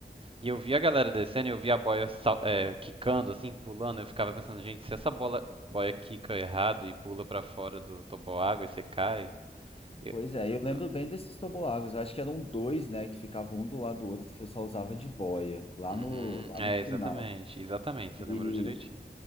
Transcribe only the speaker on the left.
Pois é, eu
lembro bem desses toboáguas. Eu acho que eram dois, né, que ficavam um do lado do outro, que você só usava de boia, lá
no, lá
no
final.
E